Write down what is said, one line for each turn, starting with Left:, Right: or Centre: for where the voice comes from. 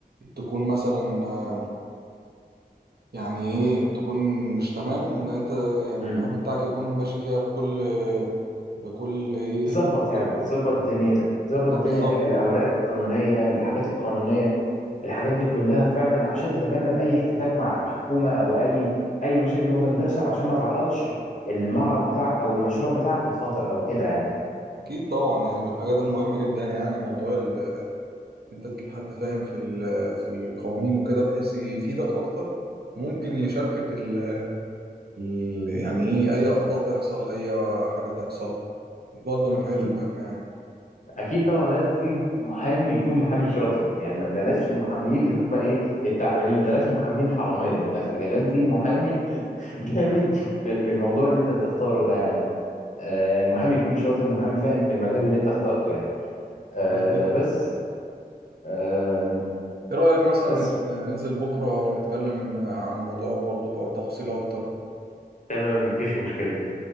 Right: تكون مثلا آه، يعني ايه تكون مش تمام انت يعني
Left: يعني
Right: المحامي بتاعك يكون ماشي فيها بكل بكل ايه
Left: تظبط يعني
Right: كل-
Left: تظبط دنيتك تظبط
Right: اه
Left: الدنيا
Right: بالظبط
Left: الح- الاوراق القانونيه الحاجات القانونيه الحاجات دي كلها فعلا عشان تتجنب اي احتكاك مع الحكومه او اي اي مشاكل ممكن تحصل عشان ما تعرضش المعرض بتاعك او المشروع بتاعك للخطر او كده يعني
Right: اكيد طبعا يعني من الحاجات المهمه جدا يعني موضوع ال- ان انت تجيب حد فاهم في ال- في القوانين وكده بحيث يفيدك اكتر وممكن يشاركك ال ال- يعني ايه اي اخطاء تحصل اي حاجه تحصل دي برضه من الحاجات
Left: اكيد
Right: المهمه يعني
Left: اكيد طبعا لازم تجيب محامي يكون محامي شاطر يعني ما- بلاش المحاميين اللي هم ايه التعبانين بلاش محامين حراميه من الاخر يعني لازم تجيب محامي <laughs> جامد في في الموضوع اللي انت بتختاره ده يعني آه، محامي يكون شاطر محامي فاهم في المجال اللي انت اخترته يعني آه،
Right: بالظبط
Left: بس آه،
Right: ايه رايك مثلا
Left: بس
Right: نت- ننزل بكره نتكلم عن موضوع برضه بقى تفاصيل اكتر
Left: تمام مفيش مشكلة